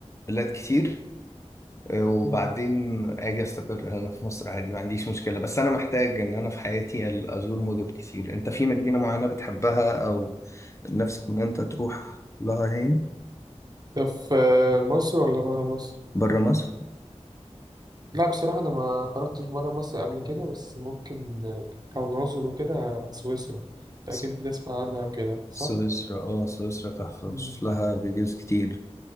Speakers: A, on the left (about 25°); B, on the right (about 35°).
A: بلاد كتير وبعدين
B: مم.
A: اجي استقر هنا في مصر عادي ما عنديش مشكله بس انا محتاج ان انا في حياتي ازور مدن كتير انت في مدينه معينه بتحبها او نفسك ان انت تروح لها هين
B: ده في مصر ولا بره مصر؟
A: بره مصر
B: لا بصراحة أنا ما خرجتش برا مصر قبل كده بس ممكن آه، كون عذر وكده سويسرا أنت
A: س-
B: أكيد بتسمع عنها وكده صح؟
A: سويسرا اه سويسرا تحفه
B: مم.
A: بشوف لها فيديوز كتير